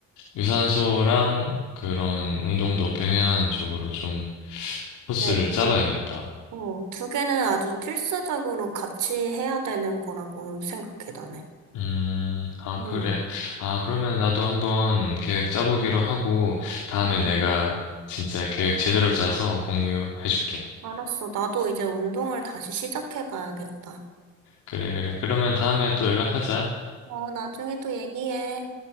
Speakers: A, on the left; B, on the right.
A: 유산소랑 그런 운동도 병행하는 쪽으로 좀 코스를
B: 네.
A: 짜봐야겠다.
B: 난, 어, 두 개는 아주 필수적으로 같이 해야 되는 거라고 생각해, 나는.
A: 음, 아,
B: 음.
A: 그래. 아, 그러면 나도 한번 계획 짜보기로 하고, 다음에
B: 음.
A: 내가 진짜 계획 제대로 짜서 공유해줄게.
B: 알았어. 나도 이제 운동을 다시 시작해봐야겠다.
A: 그래, 그래. 그러면 다음에 또 연락하자.
B: 어, 나중에 또 얘기해.